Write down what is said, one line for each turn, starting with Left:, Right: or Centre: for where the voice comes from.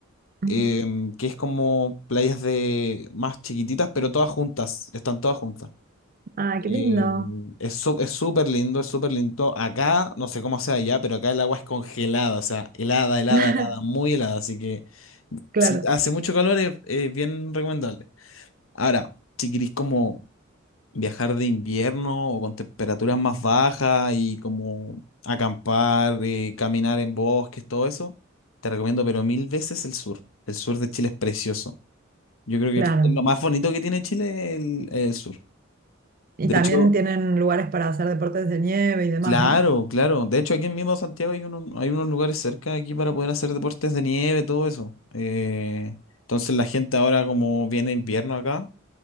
Right: Ujú.
Left: em, que es como playas de más chiquititas, pero todas juntas, están todas juntas.
Right: Ah, qué
Left: Eh,
Right: lindo.
Left: es su- es súper lindo, es súper lindo. Acá, no sé cómo sea allá, pero acá el agua es congelada, o sea, helada, helada,
Right: <laughs>
Left: helada, muy helada. Así que
Right: Claro,
Left: si hace mucho calor es, es bien recomendable. Ahora, si queréis como viajar de invierno o con temperaturas más bajas y como acampar, eh, caminar en bosques, todo eso, te recomiendo, pero mil veces el sur. El sur de Chile es precioso. Yo creo que
Right: Claro.
Left: es lo más bonito que tiene Chile el el sur.
Right: Y
Left: De
Right: también
Left: hecho,
Right: tienen lugares para hacer deportes de nieve y demás,
Left: Claro,
Right: ¿no?
Left: claro. De hecho, aquí en mismo Santiago hay unos, hay unos lugares cerca aquí para poder hacer deportes de nieve, todo eso. Eh, entonces la gente ahora como viene invierno acá,